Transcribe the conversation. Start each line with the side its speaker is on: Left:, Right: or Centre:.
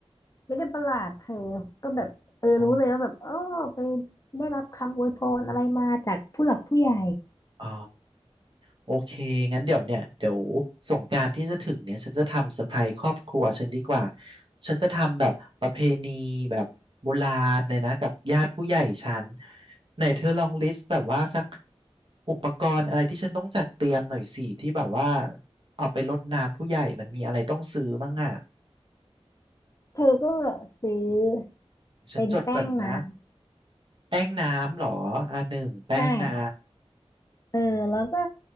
Left: ไม่ได้ประหลาดเธอก็แบบเออรู้เลยว่าแบบอ๋อไป
Right: อ๋อ
Left: ได้รับคำอวยพรอะไรมาจากผู้หลักผู้ใหญ่
Right: อ๋อโอเคงั้นเดี๋ยวเนี่ยเดี๋ยวสงกรานต์ที่จะถึงเนี่ยฉันจะทำเซอร์ไพรส์ครอบครัวฉันดีกว่าฉันจะทำแบบประเพณีแบบโบราณเลยนะกับญาติผู้ใหญ่ฉันไหนเธอลองลิสต์แบบว่าสักอุปกรณ์อะไรที่ฉันต้องจัดเตรียมหน่อยสิที่แบบว่าเอาไปรดน้ำผู้ใหญ่มันมีอะไรต้องซื้อมั่งอ่ะ
Left: เธอก็ซื้อ
Right: ฉันจดก่อนนะ
Left: เป็นแป้งน้
Right: แป้งน้ำเหรออ่าหนึ่งแป้งน้
Left: ำได้เออแล้วก็